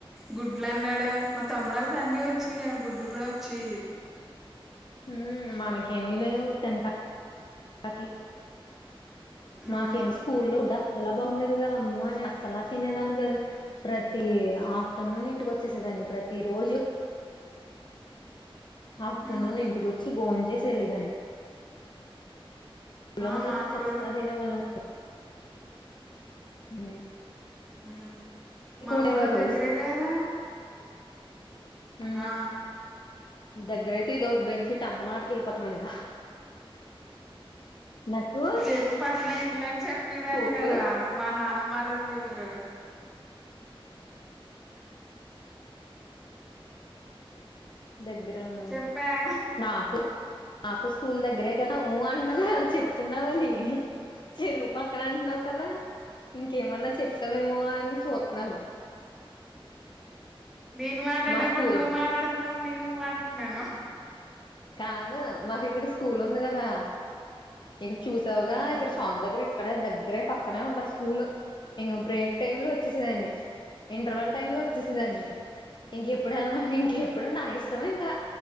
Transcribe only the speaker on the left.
ఉహ్మ్ మనకేమీ లేవు తింటా తకీ మాకేమో
స్కూల్లో డిస్లాబా ఉండేది గదా ఆమో అని అస్తలా తినేదాని గాద్ ప్రతి ఆఫ్టర్నూన్ ఇంటికి వచ్చేసేదాన్ని ప్రతి రోజు ఆఫ్టర్నూన్
ఇంటికోచ్చి బోన్ చేసి వెళ్ళేదాన్ని ప్లోమా
చచ్చిన
తినే వాళ్ళం కా ఉ
ఉండేవారు
హు
దగ్గరైతే ఇదో బెనిఫిట్ అంత మాటకి వెళ్ళిపోతాం ఇంకా నాకు
స్కూల్
దగ్గరున్నా
నాకు నాకుస్ స్కూల్ దగ్గరే కదా ఉ అన్నా చెప్తున్నావని చెరువు పక్కన అంటున్నావు కదా ఇంకేమన్నా చెప్తావేమో అని చూతున్నాను
మా స్కూల్
కాదు మాకు ఇక్కడ స్కూల్ ఉంది కదా ఇక్కడ చూసావుగా
ఇక్కడ షాప్ దగ్గర ఇక్కడ దగ్గరే పక్కనే ఉంటాది స్కూలు ఇంకా బ్రేక్ టైమ్ లో వచ్చేసేదాన్ని ఇంటర్వాల్ టైమ్ లో వచ్చేసదాన్నీ ఇంకెప్పుడు వెళ్ళమా ఇంకెప్పుడు నా ఇష్టమే ఇంకా